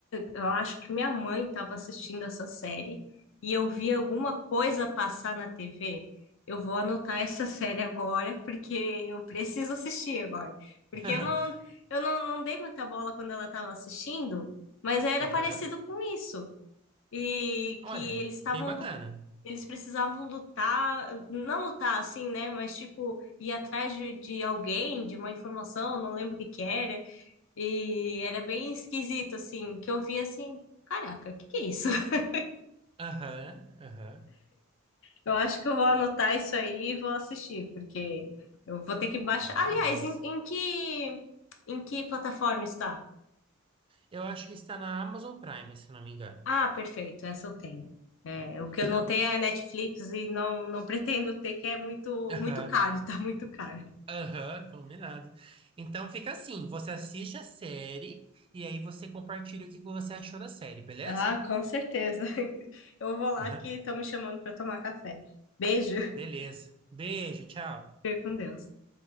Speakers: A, on the left; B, on the right.
A: eu acho que minha mãe estava assistindo essa série e eu vi alguma coisa passar na TV. Eu vou anotar essa <laughs> série agora, porque eu preciso assistir agora. Porque
B: <laughs>
A: eu não, eu não, não dei muita bola quando ela estava assistindo, mas era
B: Aham.
A: parecido com isso. E
B: Olha,
A: que eles estavam,
B: bem bacana.
A: lu- eles precisavam lutar, não lutar assim, né? Mas tipo, ir atrás de, de alguém, de uma informação, não lembro o que que era. E era bem esquisito, assim, que eu vi assim, caraca, o que que é isso? <laughs>
B: Aham, aham.
A: Eu acho que eu vou anotar isso aí e vou assistir, porque eu vou ter que baixar.
B: Beleza.
A: Aliás, em, em que em que plataforma está?
B: Eu acho que está na Amazon Prime, se não me engano.
A: Ah, perfeito, essa eu tenho. É,
B: Hum?
A: o que eu não tenho é Netflix e não, não pretendo ter, que é muito,
B: Aham.
A: muito caro, <laughs> tá muito caro.
B: Aham, combinado. Então fica assim, você assiste a série e aí você compartilha o que você achou da série, beleza?
A: Ah, com certeza. <laughs> Eu vou lá
B: Aham,
A: que estão me chamando para tomar café. Beijo, <laughs>
B: beleza. Beijo, tchau.
A: fique com Deus.